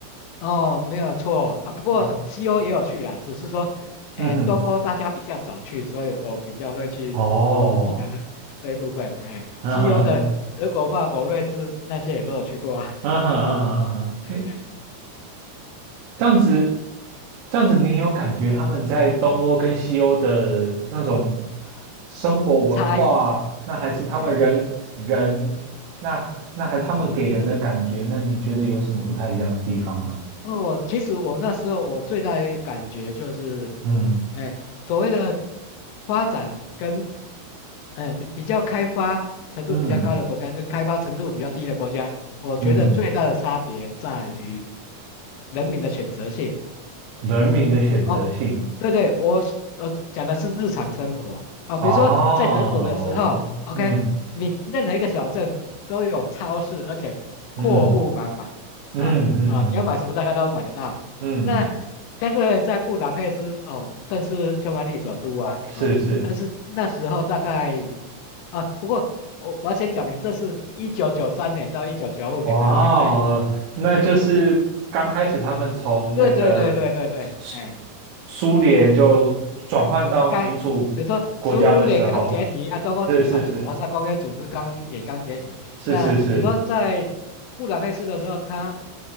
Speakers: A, on the left; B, on the right.
A: 哦，没有错啊。不过西欧也有去啦，
B: 嗯
A: 只是说，
B: 嗯哼。
A: 哎，东欧大家比较少去，所以我比较会去
B: 哦，
A: 记得 <laughs> 这一部分。哎，
B: 啊哈哈，
A: 西欧的德国、法国、瑞士那些也都有去过啊。
B: 啊哈啊哈啊哈，
A: <laughs> 嗯嗯嗯，
B: 哎，这样子，这样子，你有感觉他们在东欧跟西欧的那种生活文化，
A: 差异。
B: 那还是他们人人，
A: 哎
B: 那那还他们给人的感觉，那你觉得有什么不太一样的地方吗？
A: 哦，其实我那时候我最大的一个感觉就是，
B: 嗯
A: 哎，所谓的发展跟，哎，比比较开发程度比较高的国家跟开发程度比较低的国家，
B: 嗯
A: 我觉得最大的差别在于
B: 嗯，
A: 人民的选择性。
B: 人民的选择性，
A: 哦，对对，我是我讲的是日常生活哦，
B: 哦，
A: 比如说在德国的时候，OK，
B: 嗯
A: 你任何一个小镇都有超市，而且货物满满啊啊，
B: 嗯嗯嗯嗯
A: 你要买什么大概都买得到。
B: 嗯，
A: 那相对而言，在布达佩斯哦，算是匈牙利首都啊啊，
B: 是是。
A: 但是那时候大概啊，不过我我要先讲明，这是一九九三年到一九九五年的年代的。
B: 哇哦，那就是刚开始他们从那个苏
A: OK，嗯，对对对对对对，哎。
B: 苏联就转换到民主国家的时候，
A: 刚你说苏联刚解体，啊，东欧集团的华沙工业组织刚也刚解体。
B: 是是是是是是，
A: 那你说在布达佩斯的时候，它